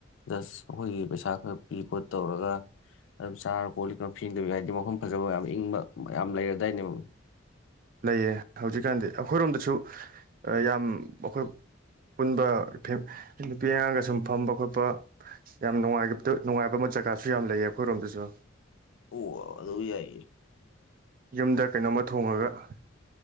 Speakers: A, on the left (about 70°); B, on the right (about 45°).
A: ꯖꯁ ꯑꯩꯈꯣꯏꯒꯤ ꯄꯩꯁꯥ ꯈꯔ ꯄꯤ ꯈꯣꯠ ꯇꯧꯔꯒ ꯑꯗꯨ ꯆꯥꯔ ꯀꯣꯂꯤ ꯐꯤꯗꯕꯤ ꯍꯥꯏꯗꯤ ꯃꯐꯝ ꯐꯖꯕ ꯃꯌꯥꯝ ꯏꯪꯕ ꯌꯥꯝꯌꯥꯝ ꯂꯩꯔꯗꯥꯏꯅꯦꯕ
B: ꯂꯩꯌꯦ ꯍꯧꯖꯤꯛꯀꯥꯟꯗꯤ ꯑꯩꯈꯣꯏꯔꯣꯝꯗꯁꯨ ꯌꯥꯝ ꯑꯩꯈꯣꯏ ꯄꯨꯟꯕ ꯅꯨꯄꯤ ꯑꯉꯥꯡꯒ ꯁꯨꯝ ꯐꯝꯕ ꯈꯣꯠꯄ ꯌꯥꯝ ꯉꯥꯏ ꯅꯨꯡꯉꯥꯏꯕ ꯑꯃ ꯖꯒꯥꯁꯨ ꯌꯥꯝ ꯂꯩꯌꯦ ꯑꯩꯈꯣꯏꯔꯣꯝꯗꯁꯨ
A: ꯑꯣ ꯋꯥ ꯑꯗꯨ ꯑꯗꯨꯕꯤ ꯌꯥꯏ
B: ꯌꯨꯝꯗ ꯀꯩꯅꯣꯝꯃ ꯊꯣꯡꯉꯒ